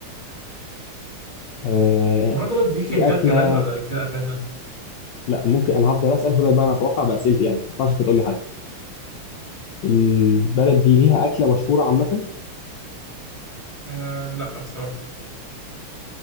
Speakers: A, on the left; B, on the right.
A: آه
B: وانا اقدر اديك
A: في
B: هنتات
A: اكلة
B: كمان ولا كده اخرنا
A: لا ممكن انا هفضل اسأل فضل بقى انا اتوقع بأسئلتي انا ما ينفعش انت تقول لي حاجة البلد دي ليها اكلة مشهورة عامة
B: آه لا بصراحه